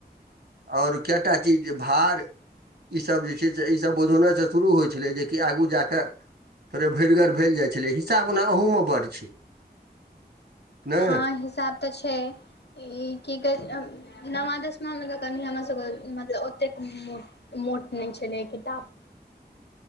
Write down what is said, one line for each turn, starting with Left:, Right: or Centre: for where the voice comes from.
Right: आओर केएटा चीज जे भार ई सब जे छै से ई सब बुझौनै से शुरू होइ छलै जेकि आगू जा क थोड़े भरिगर भेल जाइ छलेै हिसाब ओना ओहू मे बड़ छै। ने
Left: हँ हिसाब तऽ छै ई की कहै छै नवमा दसमा मे कनि हमरा सबके मतलब ओतेक मोट मोट नै छलैय किताब